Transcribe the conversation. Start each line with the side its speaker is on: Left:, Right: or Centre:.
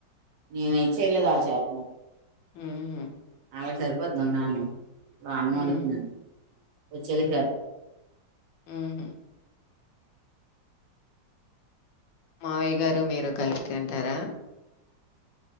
Right: నేను ఇచ్చేయలేదు వాళ్ చేతన్నారు
Left: ఉహు
Right: అళ్ళకి సరిపోద్దున్నాను బాన
Left: హ్మ్.
Right: వండుతున్నాను వచ్చేది చే
Left: ఉహు మావయ్య గారు మీరు కలిపి తింటరా